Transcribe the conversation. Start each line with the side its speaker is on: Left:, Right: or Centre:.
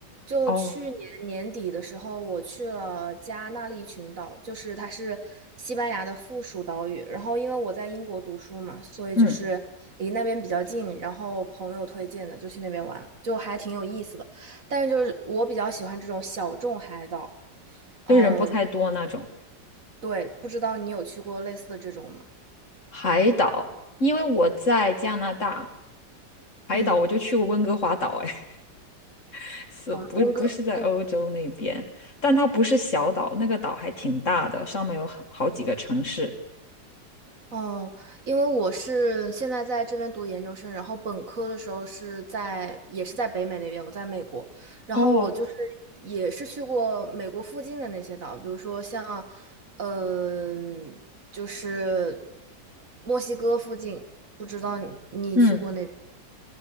Right: 就去年年底的时候，
Left: 哦，
Right: 我去了加那利群岛，就是它是西班牙的附属岛屿。然后因为我在英国读书嘛，所以就是离那边比较近，
Left: 嗯，
Right: 然后朋友推荐的就去那边玩，就还挺有意思的。但是就是我比较喜欢这种小众海岛。嗯，
Left: 就人不太多那种。
Right: 对，不知道你有去过类似的这种吗？
Left: 海岛，因为我在加拿大，海岛我就去过温哥华岛，
Right: 嗯。
Left: 哎，<laughs> 是不不是在欧洲那边？
Right: 啊，温哥，嗯
Left: 但它不是小岛，那个岛还挺大的，上面有好好几个城市。
Right: 哦，因为我是现在在这边读研究生，然后本科的时候是在也是在北美那边，我在美国，然后我就是也是去过美国附近的那些岛，
Left: 哦，
Right: 比如说像，嗯、就是墨西哥附近，不知道你你去过那边？
Left: 嗯，